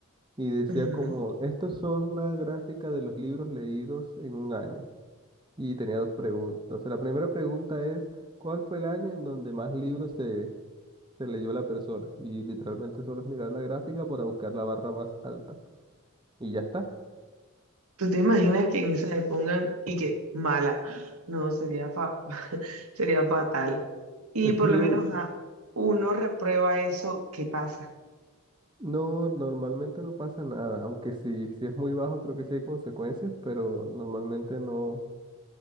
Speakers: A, on the right; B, on the right.
A: y decía
B: Ujú.
A: como, estos son una gráfica de los libros leídos en un año. Y tenía dos preguntas. Entonces, la primera pregunta es, ¿cuál fue el año en donde más libros se, se leyó la persona? Y literalmente solo es mirar la gráfica para buscar la barra más alta. Y ya está.
B: ¿Tú te imaginas que en esa le pongan y que mala? No, sería, fa- <laughs> sería fatal. Y
A: Es
B: por
A: que
B: lo menos a uno reprueba eso, ¿qué pasa?
A: no, normalmente no pasa nada, aunque si, si es muy bajo creo que sí hay consecuencias, pero normalmente no.